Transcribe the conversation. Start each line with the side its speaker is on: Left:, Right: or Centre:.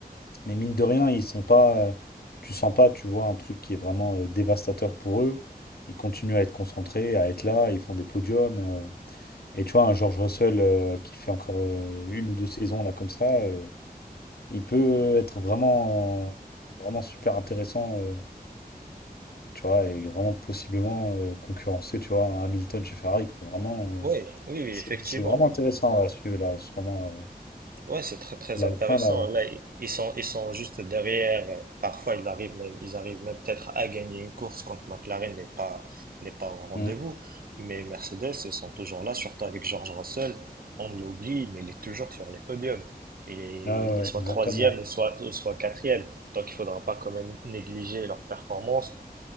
Left: Mais mine de rien, ils sont pas. euh, Tu sens pas, tu vois, un truc qui est vraiment euh, dévastateur pour eux. Ils continuent à être concentrés, à être là, ils font des podiums. euh. Et tu vois, un George Russell euh, qui fait encore euh, une ou deux saisons là comme ça, euh, il peut être vraiment, vraiment super intéressant, euh, tu vois, et vraiment possiblement euh, concurrencer, tu vois, un Hamilton chez Ferrari, quoi. Vraiment, euh,
Right: Oui, oui, oui,
Left: c'est
Right: effectivement.
Left: c'est vraiment intéressant ouais, à suivre là en ce moment. euh,
Right: Ouais, c'est très très
Left: la
Right: intéressant.
Left: F1, là, ouais.
Right: Là, i- ils sont ils sont juste derrière. Euh, Parfois, ils arrivent même ils arrivent même peut-être à gagner une course quand McLaren n'est pas n'est pas au rendez-vous.
Left: Mm.
Right: Mais Mercedes, ils sont toujours là, surtout avec George Russell. On l'oublie, mais il est toujours sur les podiums. Il est,
Left: Ouais, ouais,
Right: il
Left: ouais,
Right: est soit
Left: exactement.
Right: troisième, ou soit ou soit quatrième. Donc, il faudra pas quand même négliger leurs performances